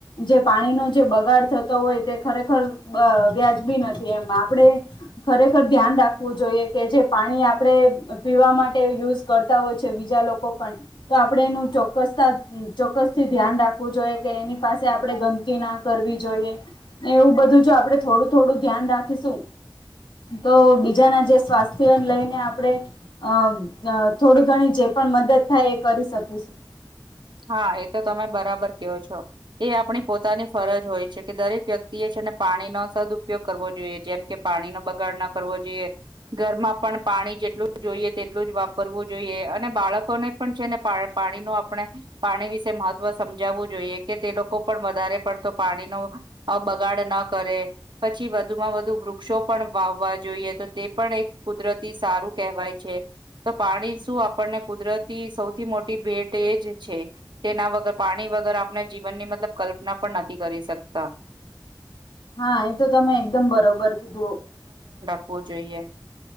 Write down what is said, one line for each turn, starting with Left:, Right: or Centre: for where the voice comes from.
Left: જે પાણીનો જે બગાડ થતો હોય તે ખરેખર અ વ્યાજબી નથી એ આપણે ખરેખર ધ્યાન રાખવું જોઈએ કે જે પાણી આપડે પીવા માટે યુઝ કરતા હોય છે બીજા લોકો પણ આપણેે એનુ ચ ચોક્કસતા ચોક્કસ થી ધ્યાન રાખવું જોઈએ કે એની પાસે આપણે ગંદકીના કરવી જોઈએ. ને એવું બધું જો આપડે થોડું થોડું ધ્યાન રાખીશું. તો બીજાના જે સ્વાસ્થ્યને લઈને આપણે અ થોડી ઘણી જે પણ મદદ થાય એ કરી શકીશું.
Right: હા એ તો તમે બરાબર ક્યો છો એ આપણી પોતાની ફરજ હોય છે કે દરેક વ્યક્તિ એ પાણી નો સદપયોગ કરવો જોઈએ જેમ કે પાણીનો બગાડ ના કરવો જોઈએ ઘરમાં પણ પા પાણી જેટલું જોઈએ તેટલું જ વાપરવું જોઈએ અને બાળકોને પણ છે ને પા પાણી નો આપણે પાણી વિશે મહત્વ સમજાવવું જોઈએ કે તે લોકો પણ વધારે પડતો પાણીનો અ બગાડ ના ન કરે પછી વધુમાં વધુ વૃક્ષો પણ વાવવા જોઈએ તો તે પણ એક કુદરતી સા સારું કહેવાય છે તો પાણી શું આપણને કુદરતી સૌથી મોટી ભેટ એ જ છે તેના વગર પાણી વગર આપણે જીવનની મતલબ કલ્પના પણ નથી કરી શકતા.
Left: હા એ તો તમે એકદમ બરોબર કીધું.
Right: હોવો જોઈએ